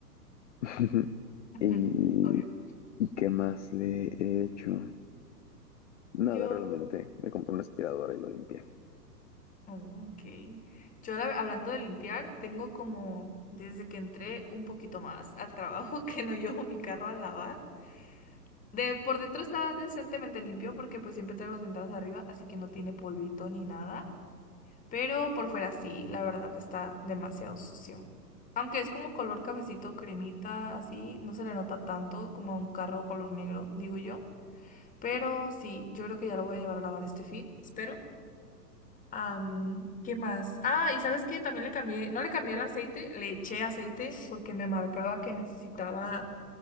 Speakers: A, on the left; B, on the left.
A: <laughs>
B: Ujú,
A: Y,
B: Obvio.
A: ¿y qué más le he hecho? Nada,
B: Yo,
A: realmente. Me compré una aspiradora y lo limpié.
B: oh, ok. Yo la- hablando de limpiar, tengo como desde que entré un poquito más al trabajo <laughs> que no llevo mi carro a lavar. De por dentro está decentemente limpio porque pues siempre traigo las ventanas arriba, así que no tiene polvito ni nada. Pero por fuera sí, la verdad está demasiado sucio. Aunque es como color cafecito, cremita, así, no se le nota tanto como a un carro color negro, digo yo. Pero sí, yo creo que ya lo voy a llevar a lavar este fin, espero. Am, ¿qué más? Ah, y sabes que también le cambié, no le cambié el aceite, le eché aceite porque me marcaba que necesitaba,